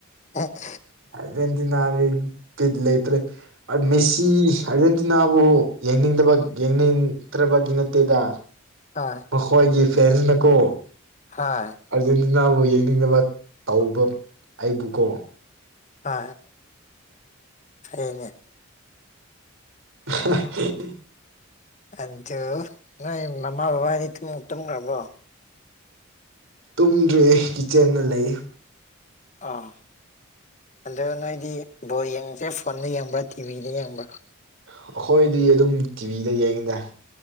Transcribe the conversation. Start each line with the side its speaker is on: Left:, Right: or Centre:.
Left: ꯑꯦꯛ
Right: ꯑꯔꯖꯦꯟꯇꯤꯅꯥ ꯌꯦ ꯄꯤꯠ ꯂꯩꯇ꯭ꯔꯦ ꯃꯦꯁꯤ ꯑꯔ ꯅꯥꯕꯨ ꯌꯦꯡꯅꯤꯡꯗꯕ ꯌꯦꯡꯅꯤꯡꯗ꯭ꯔꯕꯒꯤ ꯅꯠꯇꯦꯗ
Left: ꯑꯥꯏ
Right: ꯃꯈꯣꯏꯒꯤ ꯐꯦꯟꯁꯅꯀꯣ
Left: ꯍꯥ
Right: ꯑꯥꯔꯖꯦꯟꯇꯤꯅꯥꯕꯨ ꯌꯦꯡꯅꯤꯡꯅꯕ ꯇꯧꯕ ꯑꯩꯕꯨꯀꯣ
Left: ꯑ ꯑꯅꯦ
Right: <unintelligible>
Left: ꯑꯟꯗꯣ ꯅꯣꯏ ꯃꯃ ꯕꯕꯥꯅꯤ ꯊ ꯎꯛꯇ ꯔꯔꯕꯣ
Right: ꯇꯨꯝꯗ꯭ꯔꯦ ꯀꯤꯠꯆꯦꯟꯅ ꯂꯩ
Left: ꯑꯥ ꯑꯗꯣ ꯅꯣꯏꯗꯤ ꯕꯣꯏ ꯌꯦꯡꯁꯦ ꯐꯣꯟꯗ ꯌꯦꯡꯕ꯭ꯔꯥ ꯇꯤꯚꯤꯗ ꯌꯦꯡꯕ꯭ꯔꯥ
Right: ꯑꯩꯈꯣꯏꯗꯤ ꯑꯗꯨꯝ ꯇꯤꯚꯤꯗ ꯌꯦꯡꯉꯗꯔꯦ